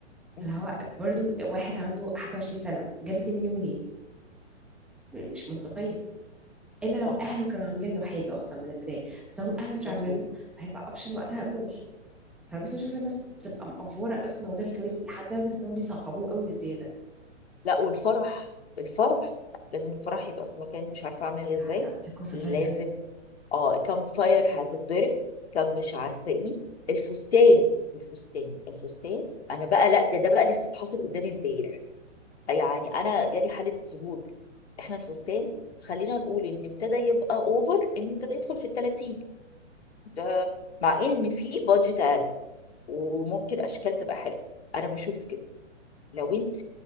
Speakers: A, in the centre; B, on the left.
A: فاللي
B: مم.
A: هو برضو واحد عنده حاجه 20 سنه جاب 2 مليون منين م- مش منطقيه الا
B: صح
A: لو اهله كانوا عاملين له حاجه اصلا من البدايه بس لو اهله مش
B: مظبوط
A: عاملين له فهيبقى اوبشن وقتها ايجار فانا بس بشوف الناس بتبقى مقفوره قوي في موضوع الجواز لحد درجه ان هم بيصعبوه قوي بزياده
B: لا والفرح الفرح لازم الفرح يبقى في مكان مش عارفه اعمل إيه
A: لا
B: ازاي
A: لا دي قصة
B: لازم
A: تانية
B: اه كم فاير هتتضرب كم مش عارفه ايه الفستان الفستان الفستان انا بقى لا ده ده بقى لسه حاصل قدامي امبارح يعني انا جالي حاله ذهول احنا الفستان خلينا نقول ان ابتدى يبقى اوفر ان ابتدى يدخل في ال 30 ده مع ان في بادجت اقل وممكن اشكال تبقى حلوه انا بشوف كده لو انت